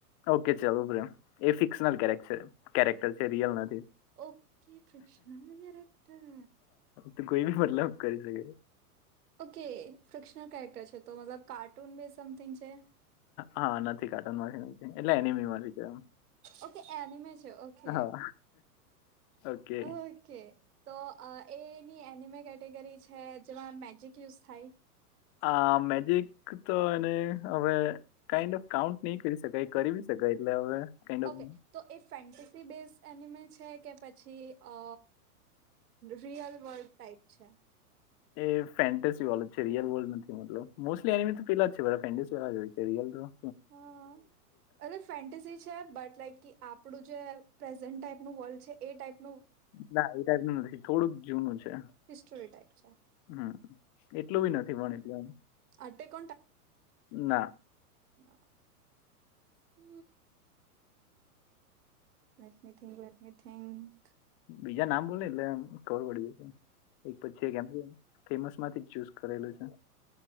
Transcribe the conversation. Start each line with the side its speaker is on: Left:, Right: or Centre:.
Left: ઓકે ચાલ ઉભરે એ ફિક્શનલ કેરેટ છે કેરેક્ટર છે રિયલ નથી.
Right: Okay fictional character.
Left: તો કોઈ બી મતલબ કરી શકે.
Right: ઓકે ફ્રિક્શનલ કેરેક્ટર છે તો મતલબ કાર્ટૂન ને સમથિંગ છે.
Left: હા નથી કાર્ટૂન માંથી નથી એટલે એનિમે વાળી છે.
Right: ઓકે એનીમે છે ઓકે
Left: હા ઓકે
Right: ઓકે તો અ. એની એનિમે કેટેગરી છે જેમાં મેજિક યુઝ થાય.
Left: આ મેજિક તો એને હવે કાઇન્ડ ઓફ કાઉન્ટ નહી કરી શકાય. કરી ભી શકાય એટલે હવે કાઈન્ડ
Right: ઓકે
Left: ઓફ.
Right: તો એ ફેન્ટસી બેઝ એનીમે છે કે પછી અ રિયલ વર્લ્ડ ટાઇપ છે.
Left: એ ફેન્ટસી વર્લ્ડ છે રિયલ વર્લ્ડ નથી મતલબ મોસ્ટલી એનીમી પેલા. ફેન્ટસીવાળા હોય છે રિયલ જો
Right: હમ અરૅ ફેન્ટસી છે બટ લાઈક. આપણું જે પ્રેઝન્ટ ટાઈપનું વર્લ્ડ છે એ ટાઈપ.
Left: ના એ ટાઈપનું નથી થોડુંક જુનું છે
Right: હિસ્ટોરી ટાઈપ છે
Left: હમ એટલું બી નથી પણ એટલું એમ
Right: અટેક
Left: ના
Right: ના હ let me think let me think
Left: બીજા નામ બોલને એટલે ખબર પડી જશે એક પછી એક એમ ફેમસ માંથી જ ચૂઝ કરેલું છે